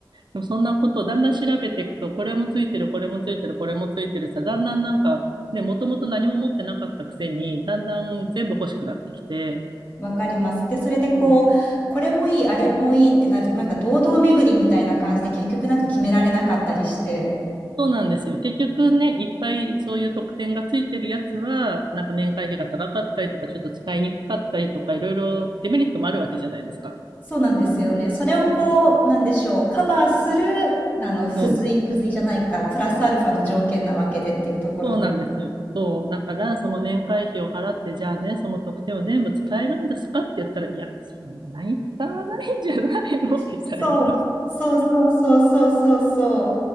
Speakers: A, on the right; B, on the left.
A: でもそんなことをだんだん調べていくと、これもついてる、これもついてる、これもついてるさ、だんだんなんか、ね、もともと何も持ってなかったくせに、だんだん全部欲しくなってきて、
B: わかります。で、それでこう、
A: そう、
B: これもいい、あれもいいってなると、なんか堂々巡りみたいな感じで、結局なんか決められなかったりして。
A: そうなんですよ。結局ね、いっぱいそういう特典がついてるやつは、なんか年会費が高かったりとか、ちょっと使いにくかったりとか、いろいろデメリットもあるわけじゃないですか。
B: そうなんですよね。それをこう、
A: うん
B: なんでしょう、カバーする、あの、付随付随じゃないか、
A: そう
B: プラスアルファの条件なわけでっていうところで。
A: そうなんですよ。そう。だから、その年会費を払って、じゃあね、その特典を全部使えるんですかって言ったら、いや、そんなに使わないんじゃないのみたいな。
B: そう。そうそうそうそうそうそ